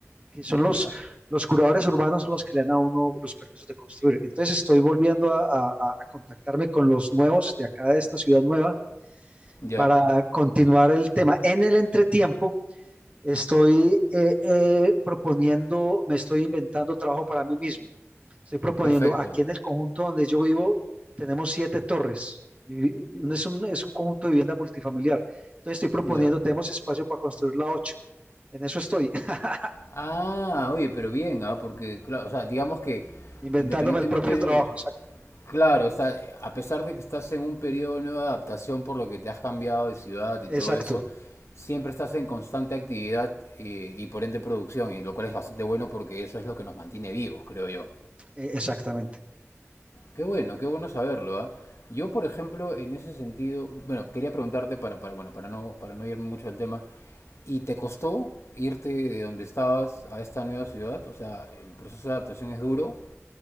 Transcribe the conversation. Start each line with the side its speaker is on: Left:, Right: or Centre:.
Right: que son los,
Left: ya,
Right: los curadores urbanos son los que le dan a uno los permisos de construir, entonces estoy volviendo a, a, a contactarme con los nuevos de acá de esta ciudad nueva
Left: ya.
Right: para continuar el tema, en el entretiempo estoy eh, eh, proponiendo, me estoy inventando trabajo para mí mismo. Estoy proponiendo
Left: Perfecto,
Right: aquí en el conjunto donde yo vivo, tenemos siete torres. Vivi- Es un, es un conjunto de vivienda multifamiliar. Entonces estoy proponiendo,
Left: ya.
Right: tenemos espacio para construir la ocho. En eso estoy, <laughs>
Left: Ah, oye, pero bien, ah, porque, claro, o sea, digamos que
Right: inventándome
Left: independientemente
Right: el propio trabajo.
Left: de-
Right: Exacto,
Left: Claro, o sea, a pesar de que estás en un periodo de nueva adaptación por lo que te has cambiado de ciudad y
Right: exacto,
Left: todo eso, siempre estás en constante actividad eh, y por ende producción, y lo cual es bastante bueno porque eso es lo que nos mantiene vivos, creo yo.
Right: eh, exactamente.
Left: Qué bueno, qué bueno saberlo, ¿ah? Yo, por ejemplo, en ese sentido, bueno, quería preguntarte para, para, bueno, para no, para no irme mucho del tema, ¿y te costó irte de donde estabas a esta nueva ciudad? O sea, el proceso de adaptación es duro.